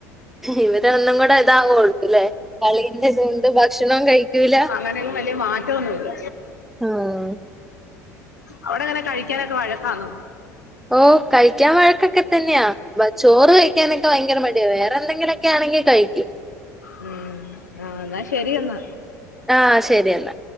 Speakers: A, in the centre; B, on the left.
A: ഇവ ര് ഒന്നും കൂടെ ഇതാവോള്ളുലെ കളിന്റെതോണ്ട് ഭക്ഷണവും കഴിക്കൂല
B: അങ്ങനെയൊന്നും വലിയ മാറ്റമൊന്നുമില്ല
A: ആഹ്
B: അവിടെങ്ങനെ കഴിക്കാനൊക്കെ വഴക്കാന്നോ
A: ഓ കഴിക്കാൻ വഴക്കൊക്കെ തന്നെയാ വച്ചു ചോറ് കഴിക്കാനൊക്കെ ഭയങ്കര മടിയ വേറെന്തെങ്കിലൊക് ക്കെ ആണെങ്കി കഴിക്കും
B: മ്മ് ആഹ് ന്നാ ശരിയെന്നാ
A: ആഹ് ശരിയെന്നാ